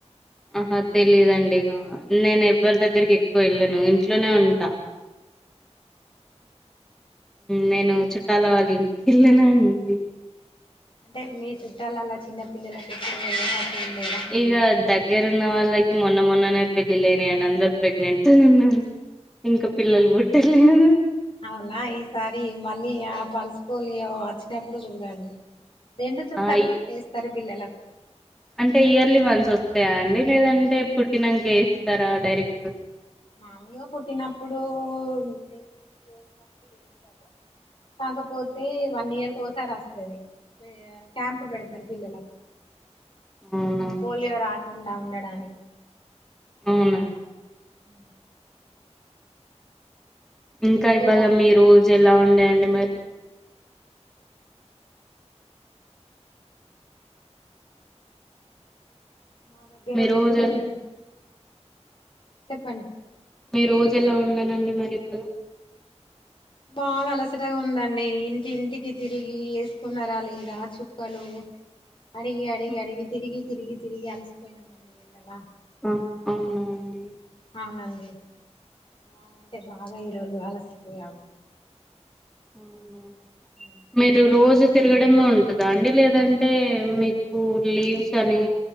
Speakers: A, in the centre; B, on the left.
A: ఆహా తెలీయాదండి ఇగా నేను ఎవ్వరి దగ్గరికి ఎక్కువ వెళ్ళను ఇంట్లనే ఉంటా నేను చుట్టాలవ్వాలింటికేల్లినా అండి
B: అంటే మీ చుట్టాలల్ల చిన్న పిల్లలలకు ఎప్పుడు వేయన్నా చూడ లేరా
A: ఇక దగ్గర ఉన్న వాళ్ళకి మొన్న మొన్ననే పెళ్ళిళ్ళు అయినాయి అండి. అందరు ప్రెగ్నెంట్ తోనే ఉన్నారు. ఇంకా పిల్లలు బుట్ట లేదు
B: అవునా ఈసారి మళ్ళీ ఆ పల్స్ పోలియో వచ్చినప్పుడు చూడండి రెండు చూక్కలు
A: ఆ
B: వేస్తారు పిల్లలకు
A: అంటే ఇయర్లీ వన్స్ వస్తాయా అండి. లేదంటే పుట్టినంకే ఏస్తారా డైరెక్ట్
B: మామూలుగా పుట్టినప్పుడు వేసి చేసినప్పుడు చేస్తారు కాకపోతే వన్ ఇయర్కు ఒకసారి వస్తది క్యాంప్ పెడతారు పిల్లల
A: అవునా
B: ఈ పోలియో రాకుండా ఉండడానికి
A: అవునం
B: ఉ
A: ఇంకా
B: చూడండి
A: ఇవాల మీ రోజు ఎలా ఉండేయండి మరి
B: మా దగ్గర
A: మీ
B: ఉరుముతంద
A: రోజు ఎలా
B: చెప్పండి
A: మీ రోజు ఎలా ఉండనండి మరి ఇవాళ
B: బాగా అలసటగా ఉందండి ఇంటి ఇంటికి తిరిగి ఏసుకున్నారా లేదా చుక్కలు అడిగి అడిగి
A: హ్మ్.
B: అడిగి తిరిగి తిరిగి తిరిగి అలసిపోయినామండి ఎండలా
A: ఆ అవునండి
B: అవునండి బాగా అంటే బాగా ఈరోజు అలసిపోయాము
A: అవునా
B: ఉ
A: మీరు రోజు తిరగడమే ఉంటదా అండి లేదంటే మీకు లీవ్స్ అని